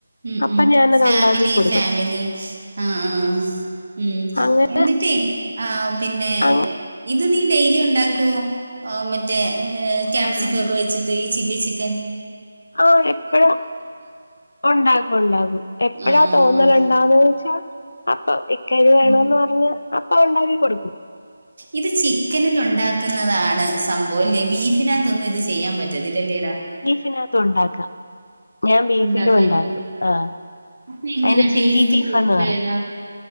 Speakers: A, on the right; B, on the left.
A: ഉം
B: അപ്പൊ
A: ഉ
B: ഞാനത്
A: ഫേമിലി
B: ഉണ്ടാക്കി കൊടുക്കും
A: ഫേമിലി ആഹ് ആഹ് ഉം
B: അങ്ങനെ
A: എന്നിട്ടേ ആം പിന്നെ
B: അങ്ങ
A: ഇത് നീ ഡൈലിയുണ്ടാക്കോ ഓ മറ്റേ ക്യാപ്സികൊക്
B: ഏതോടി
A: വെച്ചിട്ടയ് സില്ലി സിക്കൻ
B: ആഹ് എപ്പഴാ ഒണ്ടാക്കു ഒണ്ടാകും എപ്പഴാതോന്നലൺ
A: ആഹ് ആഹ്
B: താന്ന് വെച്ചാ അപ്പ ഇക്കക് വേണോന്ന്
A: ഉം
B: പർഞ്ഞ അപ്പ ഉണ്ടാക്കി കൊട്ക്കും
A: ഇത് ചിക്കന്ലുണ്ടാക്കുന്നതാണ് സംഭോവല്ലേ ബീഫിനക ത്ത്ന്നും ഇത് ചിയ്യാംപറ്റതില്ലല്ലേടാ
B: അയ്നകത്തുണ്ടാക്കാ ഞാം ബീഫിലു
A: ഉണ്ടാക്കാല്ലേ
B: ണ്ടാക്കും ആഹ്
A: അപ്പൊ എങ്ങനാ
B: അയ്ന് ചില്ലി
A: ടേസ്റ്റ്
B: ബീഫന്ന്
A: കൂടുതൽ
B: പറയു
A: ഏതാ